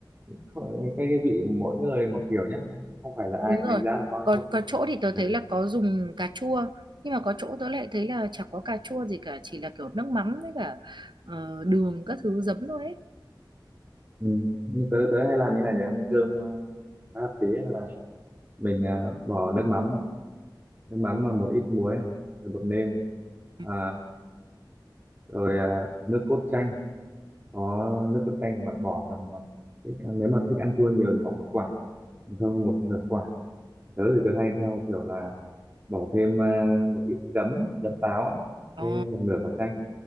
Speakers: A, on the right; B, on the right.
A: không- cái, cái vị mỗi người một kiểu nhé không không phải là ai
B: đúng
A: cũng
B: rồi
A: đánh giá là ngon hay
B: có
A: không
B: có
A: đấy.
B: chỗ thì tớ
A: Ừ.
B: thấy là có dùng cà chua nhưng mà có chỗ tớ lại thấy là chả có cà chua gì cả chỉ là kiểu nước mắm với cả ờ, đường các thứ giấm thôi ấy
A: Ừ. Như tớ tớ hay làm như này để ăn với cơm ờ, khá hợp lý là mình ờ, bỏ nước mắm này nước mắm và một ít muối này rồi bột nêm
B: ừ.
A: à, rồi à, nước cốt chanh có nước cốt chanh thì bạn bỏ tầm à, thích- à, nếu mà thích ăn chua nhiều thì bỏ một quả không một nửa quả tớ thì tớ hay theo kiểu là bỏ thêm à, một ít giấm giấm táo á, với
B: Ồ.
A: một nửa quả chanh